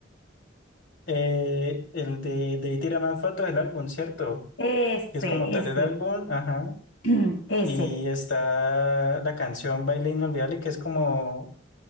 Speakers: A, on the left (about 80°); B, on the left (about 65°).
A: Eh, el de, de ahí tira más fotos del álbum, ¿cierto?
B: Ese,
A: Que es como
B: ese,
A: tal el álbum, ajá.
B: <clears throat> ese.
A: Y está la canción Baile Inolvidable, que es como,